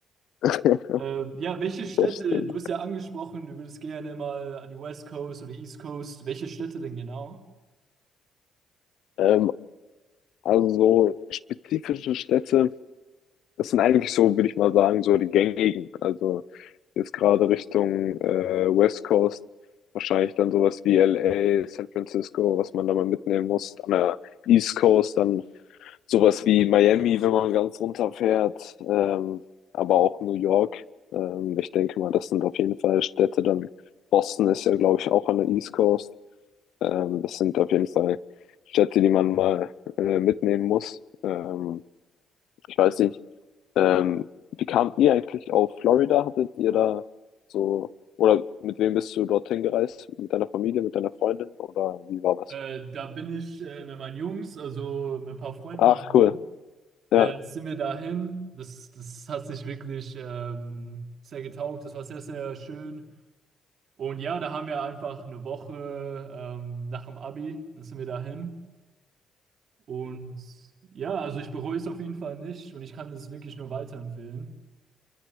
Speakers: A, on the left (about 75°); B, on the right (about 60°).
A: <laughs>
B: Ähm, ja, welche Städte,
A: Das stimmt.
B: du hast ja angesprochen, du würdest gerne mal an die West Coast oder East Coast. Welche Städte denn genau?
A: Ähm, also so spezifische Städte, das sind eigentlich so, würde ich mal sagen, so die gängigen. Also jetzt gerade Richtung äh, West Coast, wahrscheinlich dann sowas wie LA, San Francisco, was man da mal mitnehmen muss. An der East Coast dann Sowas wie Miami, wenn man ganz runterfährt, ähm, aber auch New York. Ähm, ich denke mal, das sind auf jeden Fall Städte. Dann Boston ist ja, glaube ich, auch an der East Coast. Ähm, das sind auf jeden Fall Städte, die man mal äh, mitnehmen muss. Ähm, ich weiß nicht, ähm, wie kamt ihr eigentlich auf Florida? Hattet ihr da so, oder mit wem bist du dorthin gereist? Mit deiner Familie, mit deiner Freundin oder wie war das?
B: Äh, da bin ich äh, mit meinen Jungs, also mit ein paar Freunden
A: Ach,
B: von mir,
A: cool.
B: äh,
A: Ja.
B: sind wir dahin. Das, das hat sich wirklich ähm, sehr getaugt. Das war sehr, sehr schön. Und ja, da haben wir einfach eine Woche ähm, nach dem Abi, dann sind wir dahin. Und ja, also ich bereue es auf jeden Fall nicht und ich kann es wirklich nur weiterempfehlen.